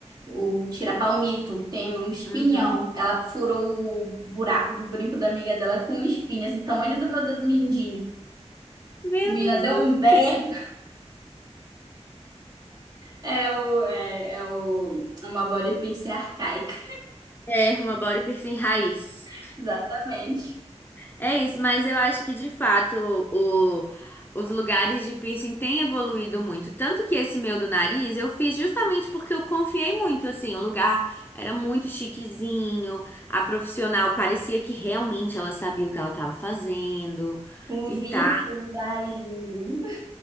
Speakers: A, on the right; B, on the left.
A: o tira-palmito, tem um espinhão.
B: Uhum.
A: Ela furou o buraco do brinco da amiga dela com um espinho, esse tamanho do meu dedo mindinho.
B: Meu
A: Menina,
B: Deus
A: deu
B: do
A: um berro.
B: céu.
A: É, é o, é, é o, é uma body piercing arcaica.
B: É, uma body piercing raiz.
A: <laughs> Exatamente.
B: É isso, mas eu acho que de fato o- os lugares de piercing têm evoluído muito. Tanto que esse meu do nariz eu fiz justamente porque eu confiei muito, assim. O lugar era muito chiquezinho, a profissional parecia que realmente ela sabia o que ela estava fazendo
A: Com luvinha
B: e tá.
A: e tudo. Ai, lindo.